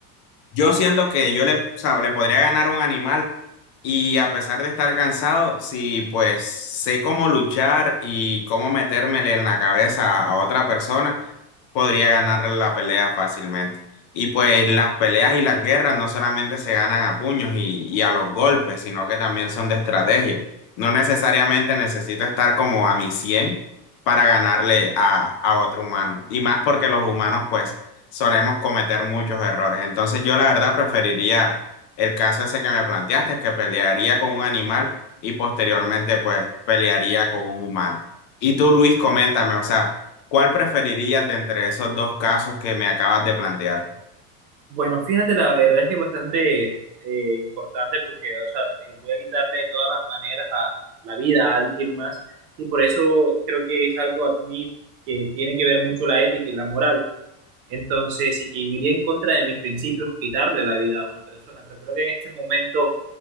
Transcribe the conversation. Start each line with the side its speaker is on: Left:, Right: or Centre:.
Left: yo siento que yo le, o sea, le podría ganar a un animal y a pesar de estar cansado, si pues sé cómo luchar y cómo metérmele en la cabeza a otra persona, podría ganar la pelea fácilmente. Y pues las peleas y las guerras no solamente se ganan a puños y, y a los golpes, sino que también son de estrategia. No necesariamente necesito estar como a mi 100 para ganarle a, a otro humano. Y más porque los humanos pues solemos cometer muchos errores. Entonces yo la verdad preferiría el caso ese que me planteaste, que pelearía con un animal y posteriormente pues pelearía con un humano. Y tú, Luis, coméntame, o sea, ¿cuál preferirías de entre esos dos casos que me acabas de plantear?
Right: Bueno, fíjate, la verdad es que es bastante eh, importante porque, o sea, eh, voy a quitarle de todas las maneras a la vida a alguien más y por eso creo que es algo a mí que tiene que ver mucho la ética y la moral. Entonces, y que iría en contra de mis principios quitarle la vida a una persona, pero creo que en este momento